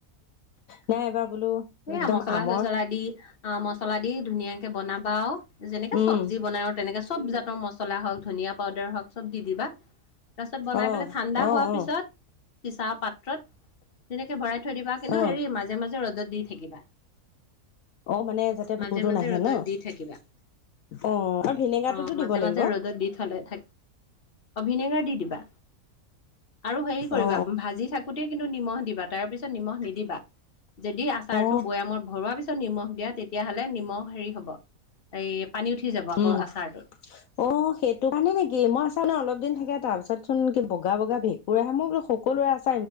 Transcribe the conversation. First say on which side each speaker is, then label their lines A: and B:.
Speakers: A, on the left; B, on the left.
A: নাই এবাৰ
B: সেয়া
A: একদম
B: মচলা
A: আমৰ
B: চচলা দি আম চলা দি ধুনীয়াকে বনাবা আৰু যেনেকে
A: উম
B: চব্জি বনাই আৰু তেনেকে চব জাত মছলা হওক ধনিয়া পাউদাৰ হওক চব দি দিবা তাৰ পিছত বনাই
A: অ
B: পেলাই ঠাণ্ডা
A: অ
B: হোৱাৰ
A: অ
B: পিছত চিচা পাত্ৰত তেনেকে ভৰাই থৈ দিবা কিন্তু
A: অ
B: হেৰি মাজে মাজে ৰ'দত দি থাকিবা
A: অ মানে যাতে ভেঁকুৰটো
B: মাজে মাজে
A: নাহে
B: ৰ'দত
A: ন
B: দি থাকিবা
A: অ আৰু ভিনেগাৰটোতো
B: অ
A: দিব
B: মাজে
A: লাগিব
B: মাজে
A: অ
B: ৰ'দত বি থ হলে থাক ভিনেগাৰ দি দিবা আৰু হেৰি কৰিবা
A: অ
B: ভাজি থাকোতে কিন্তু নিমখ দিবা তাৰ পিছত নিমখ নিদিবা যদি আ তাৰটো
A: অ
B: বৈয়ামত ভৰোৱা পিছত নিমখ দিয়া তেতিয়াাহলে নিমখ হেৰি হ'ব এই পানী উঠি যাব আকৌ
A: উম
B: আচাৰটো
A: অ সেইটো কাৰণে নেকি মই আছা ন অলপ থাকে তাৰ পিছত চোন কি বগা বগা ভেঁকুৰ আহে মোৰ বোলো সকলোৰে আছে